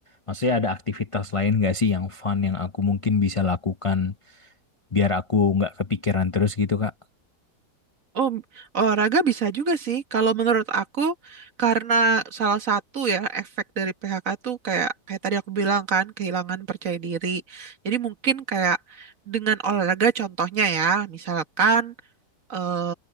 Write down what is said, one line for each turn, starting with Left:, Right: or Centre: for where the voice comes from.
Left: Maksudnya ada aktivitas lain nggak sih yang fun yang aku mungkin bisa lakukan biar aku nggak kepikiran terus gitu Kak?
Right: Oh, olahraga bisa juga sih. Kalau menurut aku, karena salah satu ya efek dari PHK tuh kayak kayak tadi aku bilang kan kehilangan percaya diri. Jadi mungkin kayak dengan olahraga contohnya ya, misalkan eh,